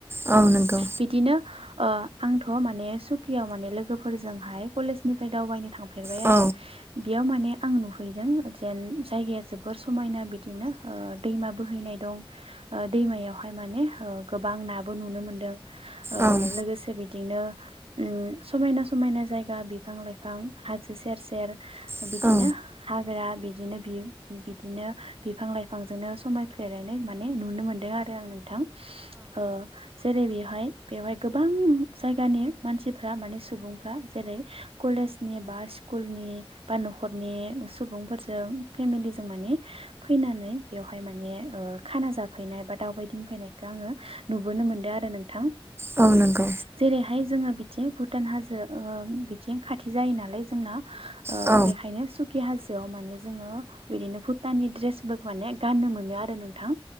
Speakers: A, on the right; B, on the right.
A: औ नंगौ
B: बिदिनो ओ आंथ' मान ने सुकियाव माने लोगोफोरजोंहाय कलेजनिफ्राय दावबायनो थांफेरबाय
A: औ
B: आरो बेयाव माने आं नुहैदों जेन जायगाया जोबोर समायना बिदिनो ओ दैमा बोहैनाय दं। ओ दैमायावहाय माने ओ गोबां नाबो नुनो मोनदों ओ
A: औ
B: लोगोसे बिदिनो उम समायना समायना जायगा बिफां लाइफां हाजो सेर सेर
A: औ
B: बिदिनो हा ग्रख बिदिनो बिदिनो बिफां लाइफां जोंनो समाय फ्लेनाय माने नुनो मोनदों आरो आं नों थां ओ जेरै बेहाय बेवहाय गोबां जायगानि मानसिफ्रा माने सुबुंफ्रा जेरै कलेजनि बा स्कुलनि बा न'खरनि सुबुंफोरजों फेमिलिजों माने फैनानै बेयावहाय माने ओ खाना जाफैनाय बा दावबायदिं फैनायखो आङो नुबोनो मोनदों आरो नोंथां
A: औ नंगौ
B: जेरैहाय बिथि भुटान हाजो ओ बिथिं खाथि जायो नालाय जोंना ओ
A: औ
B: बेखायनो सु खि हाजोआव माने जोङो बिदिनो भुटाननि द्रेस बो माने गाननो मोनो आरो नोंथां।